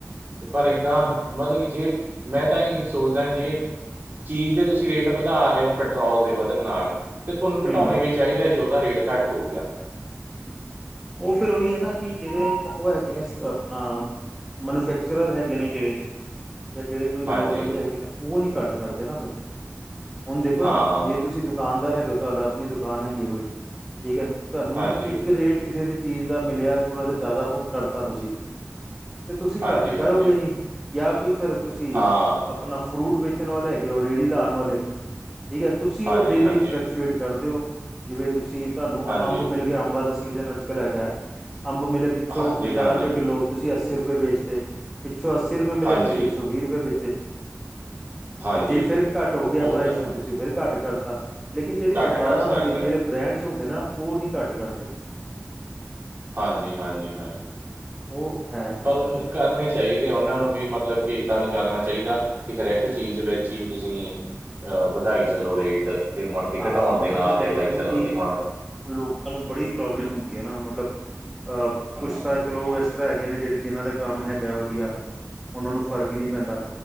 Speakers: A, on the right; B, in the centre.
A: ਪਰ ਇੱਦਾਂ ਮਤਲਬ ਕਿ ਜੇ ਮੈਂ ਤਾਂ ਇਹੀ ਸੋਚਦਾ ਕਿ ਜੇ ਚੀਜ਼ ਦੇ ਤੁਸੀਂ ਰੇਟ ਵਧਾ ਰਹੇ ਹੋ, ਪੈਟਰੋਲ ਦੇ ਵਧਣ ਨਾਲ ਤੇ ਤੁਹਾਨੂੰ ਘਟਾਉਣੇ
B: ਹਮ
A: ਵੀ ਚਾਹੀਦੇ ਆ, ਜੇ ਉਹਦਾ ਰੇਟ ਘੱਟ ਹੋ ਗਿਆ।
B: ਉਹ ਫਿਰ ਉਹੀ ਹੈ ਨਾ ਕਿ ਜਿਹੜੇ ਉਹ ਹੈਗੇ ਨੇ ਆਪਣਾ ਮੈਨੂਫੈਕਚਰਰ ਹੈਗੇ ਨੇ ਜਿਹੜੇ ਜਾਂ ਜਿਹੜੇ ਕੋਈ ਹੋਰ
A: ਹਾਂਜੀ,
B: ਬੰਦੇ ਹੈਗੇ ਨੇ ਉਹ ਨੀ ਘੱਟ ਕਰਦੇ ਨਾ ਫਿਰ ਹੁਣ ਦੇਖੋ
A: ਹਾਂ।
B: ਨਾ ਜੇ ਤੁਸੀਂ ਦੁਕਾਨਦਾਰ ਹੈਗੇ ਤੁਹਾਡਾ ਆਪਣੀ ਦੁਕਾਨ ਹੈਗੀ ਕੋਈ, ਠੀਕ ਹੈ। ਤੁਹਾਨੂੰ
A: ਹਾਂਜੀ,
B: ਇੱਕ ਰੇਟ ਕਿਸੇ ਦੀ ਚੀਜ਼ ਦਾ ਮਿਲਿਆ ਥੋੜਾ ਜਿਹਾ ਜ਼ਿਆਦਾ ਉਹ ਕਰਤਾ ਤੁਸੀਂ ਤੇ ਤੁਸੀਂ
A: ਹਾਂਜੀ,
B: ਘੱਟ
A: ਹਾਂਜੀ।
B: ਕਰੋਗੇ ਨੀ ਜਾਂ ਕੋਈ ਫਿਰ ਤੁਸੀਂ
A: ਹਾਂ,
B: ਆਪਣਾ ਫਰੂਟ ਵੇਚਣ ਵਾਲੇ ਹੈਗੇ ਐ, ਰੇਹੜੀ ਲਾਉਣ ਵਾਲੇ, ਠੀਕ ਹੈ। ਤੁਸੀਂ
A: ਹਾਂਜੀ,
B: ਉਹ ਡੇਲੀ
A: ਹਾਂਜੀ,
B: ਫ <unintelligible> ਕਰ ਦਿਓ ਜਿਵੇਂ ਤੁਸੀਂ ਤੁਹਾਨੂੰ
A: ਹਾਂਜੀ,
B: ਅੰਬ ਮਿਲ ਗਿਆ। ਅੰਬਾਂ ਦਾ ਸੀਜਨ ਅੱਜ ਕੱਲ੍ਹ ਹੈਗਾ ਹੈ। ਅੰਬ ਮਿਲੇ ਪਿੱਛੋਂ
A: ਹਾਂਜੀ,
B: ਪੰਜਾਹ
A: ਹਾਂਜੀ,
B: ਰੁਪਏ ਕਿੱਲੋ, ਤੁਸੀਂ ਅੱਸੀ ਰੁਪਏ ਵੇਚਦੇ ਪਿੱਛੋਂ ਅੱਸੀ ਰੁਪਏ ਮਿਲੇ,
A: ਹਾਂਜੀ,
B: ਤੁਸੀਂ ਇੱਕ ਸੌ ਵੀਹ ਰੁਪਏ ਵੇਚੇ।
A: ਹਾਂਜੀ।
B: ਤੇ ਜੇ ਫਿਰ ਘੱਟ ਹੋ ਗਿਆ
A: ਉਹ
B: ਪ੍ਰਾਈਜ਼
A: ਤਾਂ ਹੈ।
B: ਤੇ ਤੁਸੀਂ ਫਿਰ ਘੱਟ ਕਰਤਾ। ਲੇਕਿਨ ਜਿਹੜੀ
A: ਘੱਟ
B: ਦੁਕਾਨਾਂ
A: ਕਰ
B: ਹੁੰਦੀਆਂ,
A: ਸਕਦੇ ਹਾਂ।
B: ਜਿਹੜੇ ਬ੍ਰੈਂਡਸ ਹੁੰਦੇ ਨਾ ਉਹ ਨਹੀਂ ਘੱਟ ਕਰਦੇ।
A: ਹਾਂਜੀ- ਹਾਂਜੀ- ਹਾਂਜੀ
B: ਉਹ ਹੈ ਚੱਕਰ
A: ਪਰ ਉਹ
B: ਦਾ
A: ਕਰਨੇ ਚ ਚਾਹੀਦੇ ਆ ਉਹਨਾਂ ਨੂੰ ਵੀ ਮਤਲਬ ਕਿ ਏਦਾਂ ਨੀ ਕਰਨਾ ਚਾਹੀਦਾ ਕਿ ਹਰੇਕ ਚੀਜ਼ ਵਿੱਚ ਹੀ ਤੁਸੀਂ ਅਹ ਵਧਾਈ ਚੱਲੋ ਰੇਟ ਤੇ ਮੁੜ ਕੇ
B: ਹਾਂ
A: ਘਟਾਉਣ
B: ਹੋਣਾ
A: ਦੇ ਨਾਂ
B: ਤਾਂ
A: ਤੇ,
B: ਚਾਹੀਦਾ
A: ਬਾਈ
B: ਕਿਉਂਕਿ
A: ਚਲੋ ਜੀ ਹੁਣ
B: ਲੋਕਾਂ ਨੂੰ ਬੜੀ ਪ੍ਰੋਬਲਮ ਹੁੰਦੀ ਹੈ ਨਾ ਮਤਲਬ ਅਹ
A: ਹੂੰ
B: ਕੁਛ ਤਾਂ ਚਲੋ ਹੈਗੇ ਨੇ ਜਿਹੜੇ ਜਿਹਨਾਂ ਦਾ ਕੰਮ ਹੈਗਾ ਵਧੀਆ, ਉਹਨਾਂ ਨੂੰ ਫ਼ਰਕ ਹੀ ਨਹੀਂ ਪੈਂਦਾ